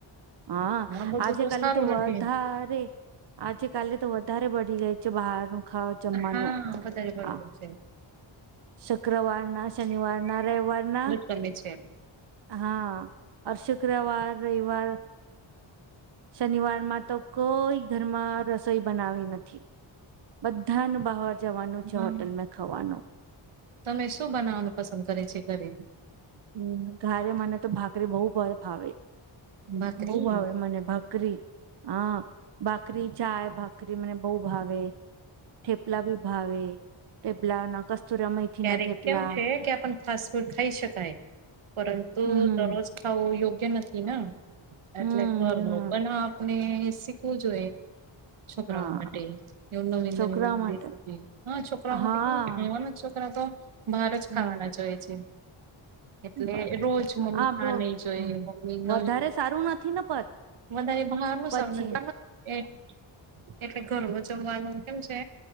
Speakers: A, on the right (about 55°); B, on the right (about 75°).
A: હા
B: આ બધું
A: આજે કાલે
B: સારું
A: તો વધારે
B: નથી
A: આજે કાલે તો વધારે બડી ગઈ છે બહારનું હા જમવાનો
B: હા વધારે બરોબર
A: આ
B: છે
A: શુક્રવારના શનિવારના રવિવારના
B: સમમીચયન <unintelligible>
A: હા શુક્રવાર રવિવાર શનિવાર માં તો કોઈ ઘરમાં રસોઈ બનાવી નથી. બધાનું બહાર જવાનું છે
B: હા
A: હોટેલમાં ખાવાનું
B: તમે શું બનાવવાનું પસંદ કરે છે ઘરે
A: હ ઘરે મને તો ભાખરીબહુ બહુ ભાવે-
B: ભાખરી
A: બહ ભાવે મને ભાખરી હા બા ભાખરી ચાય ભાખરી મને બહ ભાવે થે પલા બી ભાવે ઠેપલા ના કસ્તુર મૈથી
B: ક્યારેક
A: ના ઠેપલા
B: કેમ છે કે આપ ફસ કો ખાઈ શકાય પરંતુ
A: હમ
B: દરરોજ ખાવુ યોગ્ય નથી ને
A: હમ
B: એટલે ઘરમાં
A: હમ
B: પણ આપને શીખવું જોઈએ. છોકરાઓ
A: હા
B: માટે એવું નવી
A: છોકરા માટે
B: હા છોકરાઓ
A: હા
B: માટે <unintelligible> છોકરા તો બહાર જ
A: હમ
B: ખાવાના જ હોય છે. એટલે
A: બરાબર
B: રોજ મમ્મી
A: હા
B: ના
A: બ
B: નહી જોઈ
A: હમ
B: મમ્મી નવી
A: વધારે સારું નથી ને પત
B: વધારે બહારનું
A: પછી
B: સર નથી એ એટલે ઘરમાં જમવાનું કેમ છે